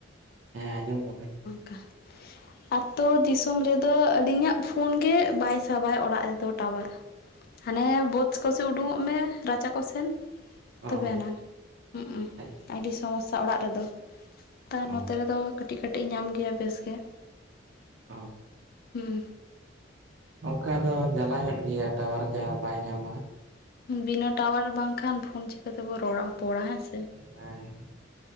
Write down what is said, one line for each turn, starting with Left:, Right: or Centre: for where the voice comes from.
Right: ᱦᱮᱸ ᱟᱸᱡᱚᱢᱚᱜ ᱠᱟᱱᱟ᱾
Left: ᱠᱟ <unintelligible> ᱟᱹᱛᱳ ᱫᱤᱥᱚᱢ ᱨᱮᱫᱚ ᱟᱹᱞᱤᱧᱟᱜ ᱯᱷᱳᱱ ᱜᱮ ᱵᱟᱭ ᱥᱟᱵᱟ ᱚᱲᱟᱜ ᱨᱮᱫᱚ ᱴᱟᱣᱟᱨ᱾ ᱦᱟᱱᱮ ᱵᱟᱹᱫᱽ ᱠᱚᱥᱮᱜ ᱩᱰᱩᱠᱚᱜ ᱢᱮ ᱨᱟᱪᱟ ᱠᱚᱥᱮᱱ ᱛᱚᱵᱮ
Right: ᱚ
Left: ᱟᱱᱟ᱾ ᱦᱩᱸᱜ-ᱩᱸ
Right: ᱟᱪᱪᱷᱟ
Left: ᱟᱹᱰᱤ ᱥᱚᱢᱚᱥᱥᱟ ᱚᱲᱟᱜ ᱨᱮᱫᱚ᱾ ᱛᱟᱣ
Right: ᱚ
Left: ᱱᱚᱛᱮ ᱨᱮᱫᱚ ᱠᱟᱹᱴᱤᱡ ᱠᱟᱹᱴᱤᱡ ᱧᱟᱢ ᱜᱮᱭᱟ ᱵᱮᱥ ᱜᱮᱸ,
Right: ᱚ
Left: ᱦᱩᱸ᱾
Right: ᱚᱱᱠᱟ ᱫᱚ ᱡᱟᱞᱟ ᱧᱚᱜ ᱜᱮᱭᱟ ᱴᱟᱣᱟᱨ ᱡᱟᱦᱟᱸ ᱵᱟᱭ ᱧᱟᱢᱟ᱾
Left: ᱵᱤᱱᱟᱹ ᱴᱟᱣᱟᱨ ᱵᱟᱝᱠᱷᱟᱱ ᱯᱷᱳᱱ ᱪᱤᱠᱟᱹ ᱛᱮᱵᱚ ᱨᱚᱲᱟ ᱯᱚᱲᱟ ᱦᱮᱸ ᱥᱮ?
Right: ᱦᱮᱸ